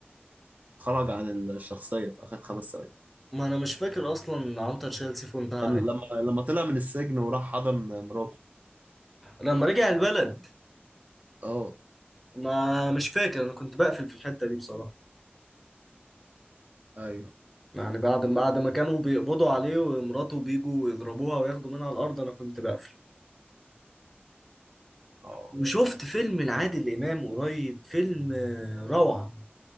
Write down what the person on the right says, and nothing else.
خرج عن الشخصية في اخر خمس ثواني
كان
لما لما طلع من السجن وراح حضن مراته
اه
ايوه
اه